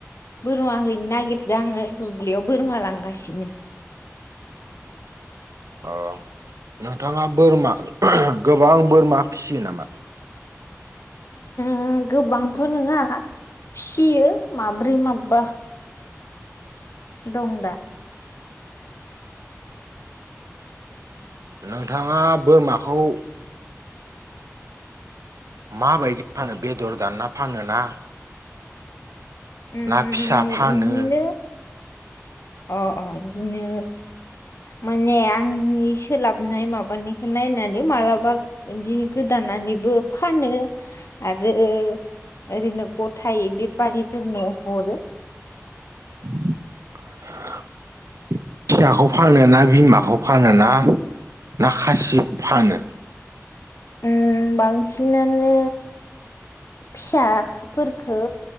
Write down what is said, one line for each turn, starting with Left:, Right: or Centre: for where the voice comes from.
Left: बोरमा हैनो नागिरदों आङो दुब्लियाव बोरमा लांगासिनो।
Right: अ' नोंथाङा बोरमा गोबां बोरमा फिसियो नामा।
Left: ओम गोबांथ' नङा फिसियो माब्रै माबा। दं दा।
Right: नोंथाङा बोरमाखौ माबायदि फानो बेदर दानना फानो ना
Left: बिदिनो
Right: ना फिसा फानो
Left: अ' अ' बिदिनो माने आंनि सोलाबनाय माबानि नायनानै मालाबा बिदिनो गोदानानैबो फानो आरो ओरैनो गथायै बेफारिफोरनो हरो।
Right: <unintelligible> फिसाखौ फानो ना, बिमाखौ फानो ना, ना खासिखौ फानो।
Left: ओम बांसिनानो फिसाफोरखो